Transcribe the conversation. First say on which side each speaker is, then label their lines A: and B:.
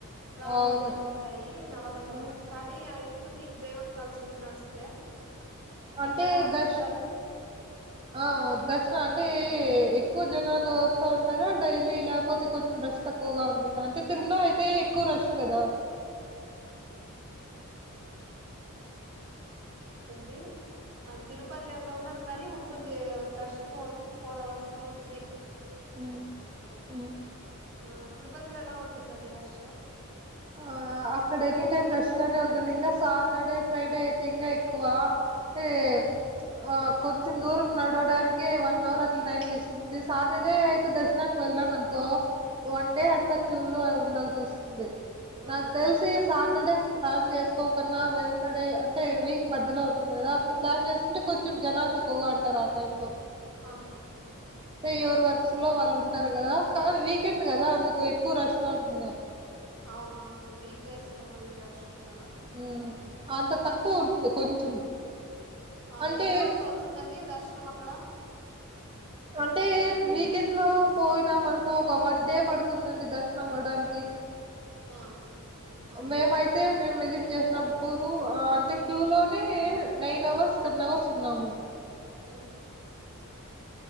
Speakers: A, on the right; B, on the right.
A: రాళ్ళు
B: అవును
A: అవన్నీ ఉంటాయి నడవలేము
B: ఆ,
A: కానీ అయితుంది దేవుడు తలుసు కున్ నడిస్తే
B: అంటే
A: తర్వాత
B: దష్
A: ఇంక దర్శనం
B: ఆ దర్శన అంటే ఎక్కువ జనాలు వస్తా ఉంటారా డైలీ లేకపోతే కొంచెం రష్ తక్కువగా ఉంటుందా అంటే తిరుమలో అయితే ఎక్కువ రష్ కదా
A: ఉంటుంది అండ్ తిరుపతి అంత ఉండదు కానీ ఉంటుంది దర్శనం ఫోర్ అవర్స్ లో త్రీ
B: ఉమ్
A: పోతుంధి
B: ఉమ్
A: ఆ తిరుపతిలో ఎలా ఉంటుందండి రష
B: ఆ అక్కడ ఎనీ టైమ్ ఫ్రెష్ గానే ఉంటుంది ఇంకా సాటర్డే ఫ్రైడే అయితే ఇంగ <unintelligible>
A: ఆ
B: <inaudible> కొంచెం దూరం నడవడానికి వన్ న్ అవర్ అట్ల టైం తీసుకు సాటర్డే అయితె దర్శనానికి వెళ్దాం అనుకో వన్ డే అంతా క్యూ లో ఉండాల్సి వస్తుంది
A: ఆ
B: నాకు తెలిసి సాటర్డే ప్లాన్ చేసుకోకున్నా వెన్సడె అంటే వీక్ మధ్య మద్యలో ఉంటుంది కదా ఇప్పుడు ప్లాన్ చేస్తుంటే కొంచెం జనాలు తక్కువగా అంటారు ఆ టైం లొ
A: ఆహా
B: అంటే ఎవరు
A: వి-
B: వర్క్స్ లొ వాళ్ళు ఉంటారు కదా కానీ వీకెండ్ కదా అందుకు ఎక్కువ రష్ <unintelligible>
A: అవును అవును వీక్ డేస్ లో మల్లి రష్ ఉండదా
B: ఉం అంత తక్కువ ఉంటుంది కొంచెం
A: అవున
B: అంటే
A: ఎన్ని అవర్స్ అవుతుందండి దర్శనం అక్కడ
B: అంటే వీకెండ్ లో పోయినామనకో ఒక వన్ డే పడుతుందండి దర్శనం అవడానికి
A: ఆ
B: మే మయి తే మేము విజిట్ చేసినబ్బురు అంటె క్యూ లోనే నైన్ అవర్స్ టెన్ అవర్స్ ఉన్నాము
A: అ